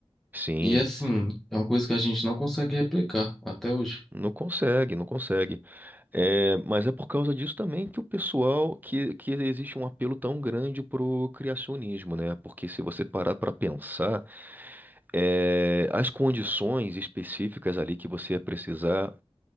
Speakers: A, on the right; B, in the centre.
A: sim,
B: E assim, é uma coisa que a gente não consegue replicar até hoje.
A: não consegue, não consegue. É, mas é por causa disso também que o pessoal, que, que existe um apelo tão grande pro criacionismo, né? Porque se você parar para pensar é, as condições específicas ali que você ia precisar